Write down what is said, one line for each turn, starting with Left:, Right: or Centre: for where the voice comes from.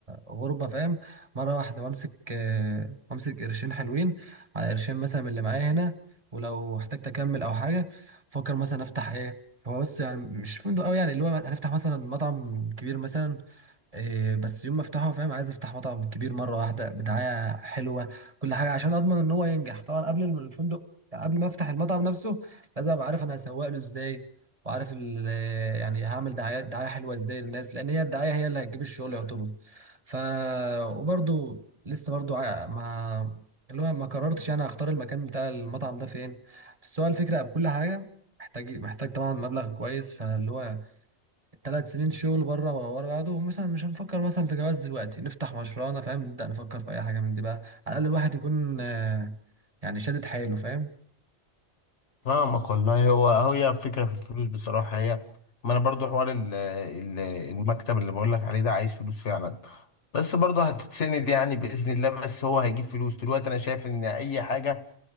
Right: غربه فاهم مره واحده وامسك إيه، وامسك قرشين حلوين على قرشين مثلا من اللي معايا هنا ولو احتجت اكمل او حاجه فكر مثلا افتح ايه هو بس يعني مش فندق قوي يعني اللي هو هنفتح مثلا مطعم كبير مثلا إيه بس يوم ما افتحه فاهم عايز افتح مطعم كبير مره واحده بدعايه حلوه كل حاجه عشان اضمن ان هو ينجح طبعا قبل الم- الفندق يعني قبل ما افتح المطعم نفسه لازم ابقى عارف انا هسوق له ازاي وعارف ال- يعني هعمل دعايه دعايه حلوه ازاي للناس لان هي الدعايه هي اللي هتجيب الشغل يعتبر ف وبرده لسه برده ما اللي هو ما قررتش انا هختار المكان بتاع المطعم ده فين بس هو الفكره بكل حاجه محتاج محتاج طبعا مبلغ كويس فاللي هو ثلاث سنين شغل بره ورا بعضهم مثلا مش هنفكر مثلا في جواز دلوقتي نفتح مشروعنا فاهم نبدأ نفكر في اي حاجه من دي بقى على الاقل الواحد يكون آه، يعني شادد حيله فاهم
Left: فاهمك والله هو هو هي فكرة في الفلوس بصراحة هي ما انا برضو حوار ال- ال- المكتب اللي بقول لك عليه ده عايز فلوس فعلا بس برضو هتتسند يعني بإذن الله بس هو هيجيب فلوس دلوقتي انا شايف ان اي حاجة